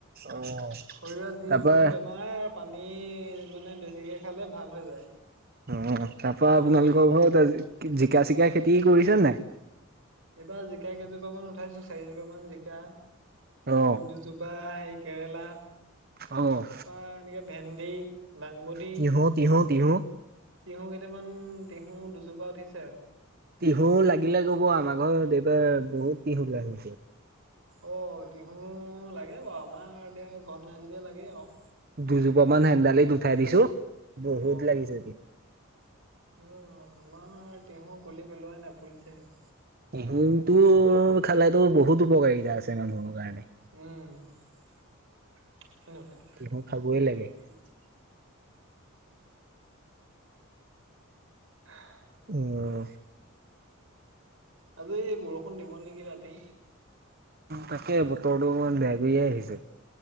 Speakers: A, on the right; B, on the right.
A: অ।
B: শৰীৰৰ যিকোনো
A: তাৰপা
B: বেমাৰ পানী মানে বেছিকে খালে ভাল হৈ যায়।
A: অ তাৰ পৰা
B: বহুত
A: আপোনালোকৰ
B: বেমাৰ
A: ঘৰত আজি জিকা-চিকা খেতি কৰিছে নাই।
B: এইবাৰ জিকা কেইজোপা মান উঠাইছো চাৰিজোপা মান জিকা।
A: অ
B: দুজোপা সেই কেৰেলা।
A: অ।
B: তাৰপা এনেকে ভেন্দি, লাংবডী।
A: তিহু তিহু তিহু
B: তিহু কেইটামান তিহু দুজোপা উঠিছে।
A: তিহু লাগিলে কব আমাৰ ঘৰত এইবাৰ বহুত তিহু গাজিছে।
B: অ তিহু লাগে বাৰু আমাৰ এতিয়া ঘৰত নাই যেতিয়া লাগে আৰু।
A: দুজোপা মান হেনন্ডালিত উঠাই দিছো বহুত
B: অ
A: লাগিছে
B: অ আমাৰ তিহু গুলি পেলোৱাই নাই পুলিছেহে।
A: তিহুটো খালেতো বহুত উপকাৰিতা আছে মানুহৰ কাৰণে।
B: উম
A: তিহু খাবই লাগে।
B: <inaudible> <inaudible>
A: <inaudible>
B: ভাবলু এই বৰষুণ দিব নেকি ৰাতি।
A: তাকে বতৰটো অকমান বেয়া কৈ আহিছে।